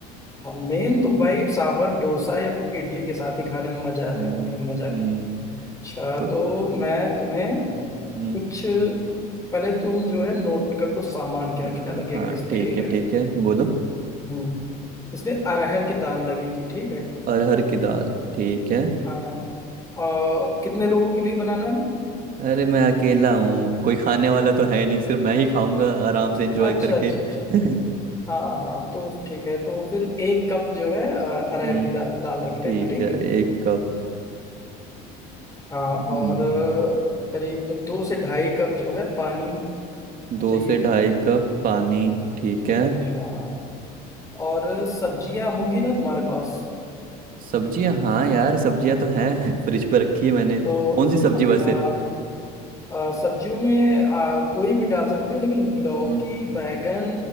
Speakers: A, on the left (about 15°); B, on the right (about 45°).
A: हाँ, मेन तो भाई सांभर डोसा या फिर इडली के साथ ही खाने में मजा
B: हम्म
A: है मेन मजा है
B: हम्म,
A: अच्छा
B: तो
A: तो मैं तुम्हें
B: हम्म
A: कुछ पहले तुम जो है नोट कर लो सामान क्या
B: हाँ
A: क्या लगेगा
B: हाँ,
A: इसमें
B: ठीक
A: ठीक
B: है
A: है
B: ठीक है बोलो
A: हम्म इसमें अरहर की दाल लगेगी ठीक है
B: अरहर की दाल ठीक है
A: हाँ और कितने लोगों के लिए बनाना है
B: अरे मैं अकेला हूँ कोई खाने वाला तो है नहीं सिर्फ मैं ही खाऊंगा आराम से एंजॉय
A: अच्छा
B: करके
A: अच्छा अच्छा
B: <laughs>
A: हाँ हाँ तो ठीक है तो फिर एक कप जो है अ, अरहर
B: हम्म
A: की दा, दाल रख लेना
B: ठीक
A: ठीक
B: है
A: है
B: एक कप
A: हाँ और
B: हम्म
A: अ, करीब दो से ढाई कप जो है पानी
B: दो
A: चाहिए
B: से ढाई कप पानी ठीक है
A: हाँ और सब्जियां होंगी ना तुम्हारे पास
B: सब्जियां हाँ यार सब्जियां तो हैं <laughs> फ्रिज पर रखी है मैंने
A: तो
B: कौन सी सब्जी
A: हाँ
B: वैसे
A: हाँ, तो आ, सब्जियों में आ, कोई भी डाल सकते हो लेकिन लौकी
B: हम्म
A: बैगन